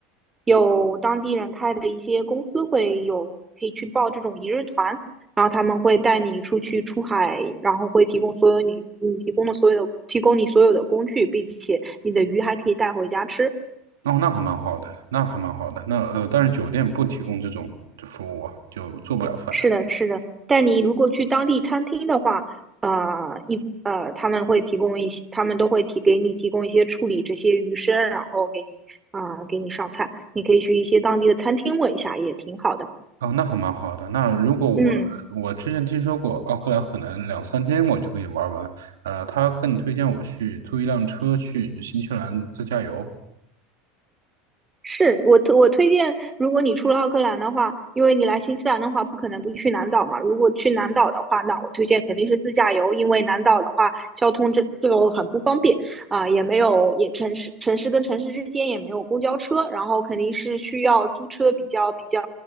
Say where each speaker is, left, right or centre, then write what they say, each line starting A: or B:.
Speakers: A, on the right; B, on the right.
A: 有当地人开的一些公司会有可以去报这种一日团，然后他们会带你出去出海，然后会提供所有你你提供的所有的提供你所有的工具，并且你的鱼还可以带回家吃。
B: 哦，那还蛮好的，那还蛮好的。那呃，但是酒店不提供这种服务啊，就做不了饭。
A: 是的，是的，但你如果去当地餐厅的话，呃，一呃，他们会提供一些，他们都会提给你提供一些处理这些鱼生，然后给你啊、给你上菜。你可以去一些当地的餐厅问一下，也挺好的。
B: 哦，那还蛮好的。那如果我我之前听说过奥克兰，
A: 嗯，
B: 可能两三天我就可以玩完。呃，他你推荐我去租一辆车去新西兰自驾游。
A: 是我推我推荐，如果你出了奥克兰的话，因为你来新西兰的话，不可能不去南岛嘛。如果去南岛的话，那我推荐肯定是自驾游，因为南岛的话，交通这就很不方便啊，也没有也城市城市跟城市之间也没有公交车，然后肯定是需要租车比较比较